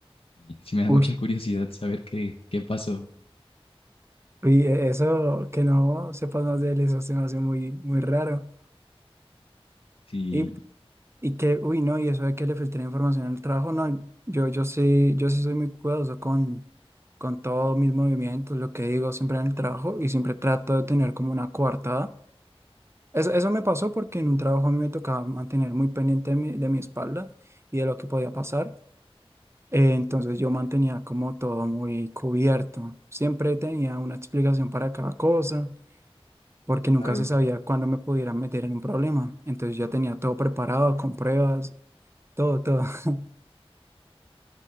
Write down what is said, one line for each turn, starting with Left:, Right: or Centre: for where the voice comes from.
Left: Y sí me da
Right: Uy,
Left: mucha curiosidad saber qué, qué pasó.
Right: uy, e- eso que no sepas más de él, eso se me hace muy, muy raro.
Left: Sí,
Right: Y, y que, uy, no, y eso de que le filtré información al trabajo, no, yo, yo sí, yo sí soy muy cuidadoso con, con todos mis movimientos, lo que digo siempre en el trabajo y siempre trato de tener como una coartada. Eso, eso me pasó porque en un trabajo a mí me tocaba mantener muy pendiente de mi, de mi espalda y de lo que podía pasar. Eh, Entonces yo mantenía como todo muy cubierto. Siempre tenía una explicación para cada cosa. porque nunca
Left: claro.
Right: se sabía cuándo me pudiera meter en un problema. Entonces ya tenía todo preparado, con pruebas, todo, todo. <laughs>